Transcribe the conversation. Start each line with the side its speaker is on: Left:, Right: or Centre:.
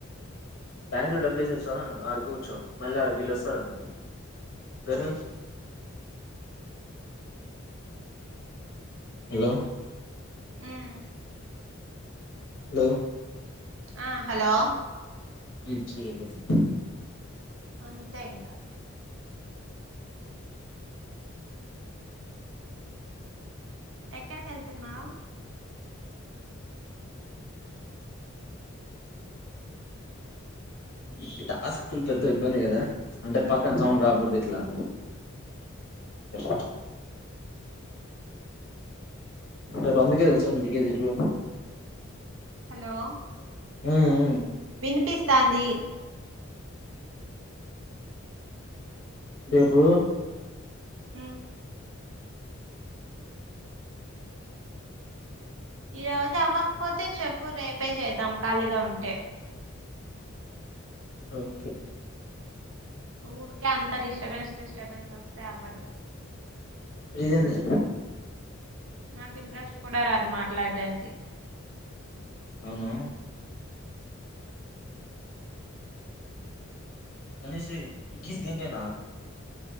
Left: బ్యాంక్ లో డబ్బులు వేసి వస్తా ఆడ కూర్చో మళ్ళీ బీల్ళ వస్తారుడి గనీష్ హలో
Right: ఉమ్
Left: హలో
Right: ఆ హలో
Left: <unintelligible>
Right: అంతే ఇంకా ఎక్కడికి వెళ్తున్నావు. <inaudible>
Left: ఇట్ల ఆ స్కూల్ పెద్ద ఇబ్బంది కదా అంటే పక్కన సౌండ్ రాకూడదు ఇట్లా ఇ రేపు అందికే తెల్సా దిగేది <inaudible>
Right: హలో
Left: మ్మ్ మ్మ్
Right: వినిపిస్తాంది
Left: రేపు
Right: మ్మ్ ఈ రోజు అవ్వకపోతే చెప్పు రేపే చేద్దాం ఖాళీగా ఉంటే
Left: ఓకే
Right: ఊరికే అంత డిస్టర్బెన్స్ డిస్టర్బెన్స్ వస్తే అవ్వదు
Left: ఇదేంది
Right: నాకు ఇంట్రెస్ట్ కూడా రాదు మాట్లాడడానికి
Left: అవునా గనే శ్రీ ఈ కీస్ దిందెన